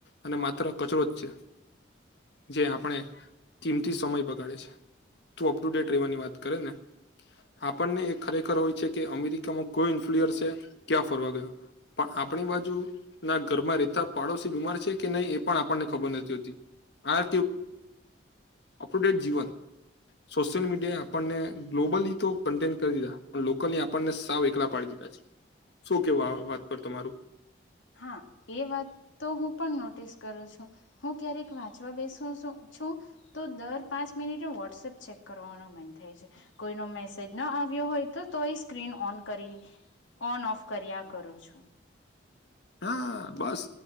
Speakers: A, on the left (about 60°); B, on the left (about 80°).
A: અને માત્ર કચરો જ છે જે આપણે કિમથી સમય બગાડે છે તું અપ ટુ ડેટ રહેેવાની વાત કરે ને આપણને એ ખરેખર હોય છે કે અમેરિકામાં કોયો ઇન્ફ્લુઅન્સ છે ક્યાં ફરવા ગયો પણ આપણી બાજુ ના ઘરમાં રેતા પાડોશી બીમાર છે કે નહીં એ પણ આપણને ખબર નથી હોતી હા અપ ટુ ડેટ જીવન સોશિયલ મીડિયા એ આપણને ગ્લોબલી તો કન્ટેન્ટ કરી દીધા પણ લોકલી આપણને સાવ એકલા પાડી દીધા શું કેવા વાત પર તમારું
B: હા એ વાત તો હું પણ નોટિસ કરું છું હું ક્યારેક વાંચવા બેસું છું છું તો દર પાંચ મિનિટ વોટસએપ ચેક કરવાનો મન થાય છે કોઈ ન મેસેજ ન આવ્યો હોય તો તો એ સ્ક્રીન ઓન કરી ઓન ઓફ કર્યા કરું છું
A: હા બસ